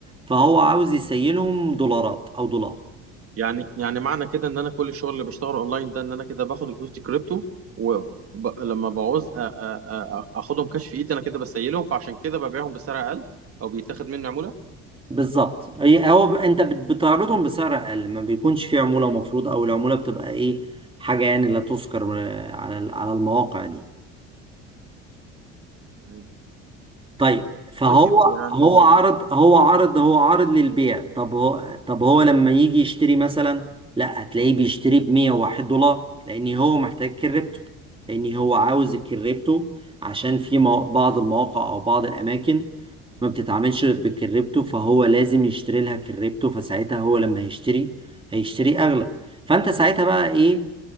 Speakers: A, on the right (about 15°); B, on the right (about 45°).
A: فهو عاوز يسيلهم دولارات او دولار
B: يعني يعني معنى كده ان انا كل الشغل اللي بشتغله اونلاين ده ان انا كده باخد الفلوس دي كريبتو ولما بعوز أ- أ- أ- اخدهم كاش في ايدي انا كده بسيلهم فعشان كده ببيعهم بسعر اقل او بيتاخد مني عمولة
A: بالظبط هي هو ب... انت بت- بتعرضهم بسعر اقل ما بيكونش فيه عمولة مفروض او العمولة بتبقى ايه حاجة يعني لا تذكر آه، على ال- على المواقع دي
B: تمام.
A: طيب فهو
B: طيب يعني
A: هو عرض هو عرض هو عرض للبيع طب هو طب هو لما يجي يشتري مثلا لا هتلاقيه بيشتري ب 101 دولار لان هو محتاج كريبتو لان هو عاوز الكريبتو عشان في مو- بعض المواقع او بعض الاماكن ما بتتعاملش بالكريبتو فهو لازم يشتري لها كريبتو فساعتها هو لما هيشتري هيشتري اغلى فانت ساعتها بقى ايه